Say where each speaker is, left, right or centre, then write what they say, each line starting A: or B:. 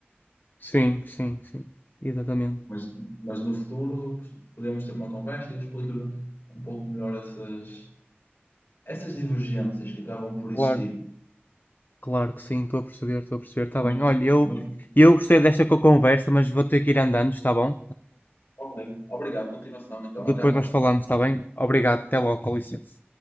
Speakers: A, on the left; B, on the left.
A: Sim, sim, sim. Exatamente.
B: Mas, mas no futuro podemos ter uma conversa e eu explico-lhe um pouco melhor essas essas divergências que acabam por existir.
A: Claro, claro que sim, estou a perceber, estou a perceber. Está
B: Mas,
A: bem. Olha, eu,
B: mas,
A: eu gostei desta co- conversa, mas vou ter que ir andando, está bom?
B: ok, obrigado, continuação, então, até
A: Depois
B: à próxima.
A: nós falamos, está bem? Obrigado, até logo, com licença.